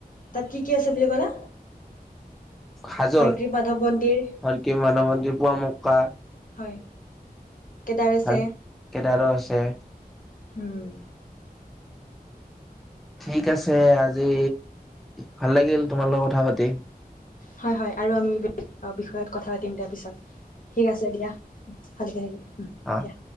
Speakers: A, on the left; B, in the centre.
A: তাত কি কি আছে বুলি ক'লা?
B: হাজোৰ
A: হয়গ্ৰীৱ মাধৱ মন্দিৰ
B: হয়গ্ৰীৱ মানৱ, পুৱামক্কা।
A: হয় কেদাৰ আছে
B: হয়। কেদাৰো আছ ছে
A: উম!
B: ঠিক আছে আজি, ভাল লাগিল তোমাৰ লগত কথা পাতি।
A: হয়-হয় আৰু আমি <unintelligible> বিষয়ত কথা পাতিম দিয়া পিছত। ঠিক আছে দিয়া, ভালকে থাকিবা
B: অ
A: দিয়া।